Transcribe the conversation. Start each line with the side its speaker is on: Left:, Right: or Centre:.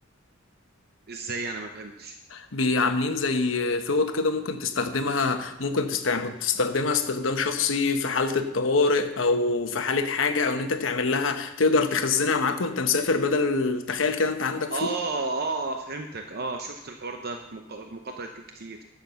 Right: ازاي انا ما فهمتش
Left: بعاملين زي فوط كده ممكن تستخدمها ممكن تستعمل تستخدمها استخدام شخصي في حالة الطوارئ أو في حالة حاجة أو إن أنت تعمل لها تقدر تخزنها معاك وأنت مسافر بدل تخيل كده أنت عندك
Right: اه
Left: فوط
Right: اه فهمتك اه شفت الحوار ده في مق- في مقاطع يوتيوب كتير